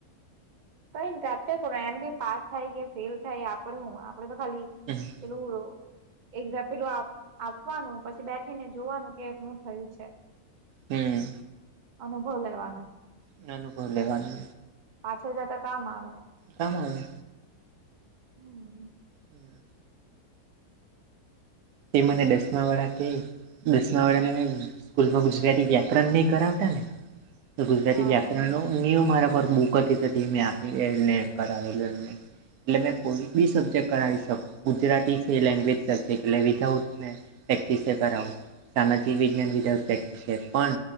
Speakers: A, on the right; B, on the right.
A: કંઈ નહીં તો આપ્યા કરવાનું એમ બી પાસ થાય કે ફેલ થાય આપડે હું આપડે તો ખાલી
B: હમ્મ.
A: એવું એકદા પેલું અપ આપવાનું, પછી બેઠીને જોવાનું કે શું થયું છે?
B: હમ્મ.
A: અનુભવ લેવાનો.
B: ને અનુભવ લેવાનો.
A: પાછળ જતા કામ આવે.
B: કામ આવે.
A: હમ.
B: હમ્મ. તે મને દસમા વાળા થી દસમા વાળાને સ્કૂલમાં ગુજરાતી વ્યાકરણ નહી કરાવતા ને તો ગુજરાતી
A: હા
B: વ્યાપરણનો ન્યૂ મારા પર બુક હતી તો તે મેં આપી ને એ ને કરાવેલું એમને. એટલે મેં કોઈ બી સબ્જેક્ટ કરાવી શકું ગુજરાતી છે લેંગ્વેજ સબ્જેક્ટ એટલે વિધાઉટ મેં પ્રેક્ટિસે કરવું. સામાજિક વિજ્ઞાન વિધાઉટ પ્રેક્ટિસ છે, પણ